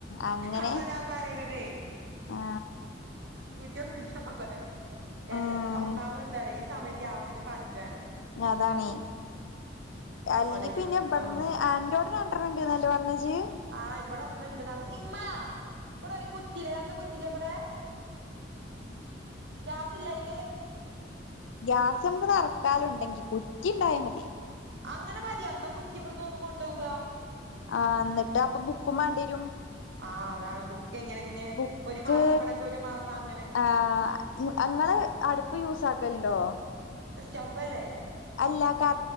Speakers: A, on the left; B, on the right.
A: അങ്ങനെ
B: അതാ ഞാൻ പറയണതേ
A: ആ
B: <unintelligible> എല്ലാ
A: ഉം
B: ഒന്നാമത് എന്താ റയാ ഈ സമയം ഗ്യാ നിത്തിന് പഞ്ചാണ്.
A: അതാണേ. അല്ലെങ്കി
B: ഓലെ
A: പിന്നെ
B: യുദ്ധം
A: ഇവിടുന്ന അൻ്റോ ടെ രണ്ടണ്ണം ണ്ടന്നല്ലെ പറഞ്ഞ് ഇജി
B: ആ ഇവിടെ ഒന്നുണ്ട്. ന്ന് റഞ്ഞു ഇമ്മാ ഇവിടെ ഒരു കുറ്റില്ലേ രണ്ട് കുറ്റി േല്ല ഇവിടെ? ഗ്യാസ് ഇല്ലായില്?
A: ഗ്യാസ് നമുക്ക് നിറക്ക കാലി ഉണ്ടെങ്കി കുറ്റി ഉണ്ടായാ മതി.
B: അങ്ങനെ മതി എന്നാൽ കുറ്റി ഇബു ടുന്ന് ഒന്ന് കൊണ്ടുവാ.
A: ആ എന്നിട്ട് അപ്പൊ ബുക്കും മാണ്ടി രും.
B: ആ അതാണ് ബുക്ക് എങ്ങനെ പിന്നെ
A: ബുക്ക്
B: ഒരു മാസം ഇവിടൊക്കെ ഒരു മാസം അങ്ങനെ
A: ആ നിങ്ങള് അടുപ്പ് യൂസ് ആക്കല ട്ടോ?
B: സ്റ്റവ്വല്ലേ?
A: അല്ല ക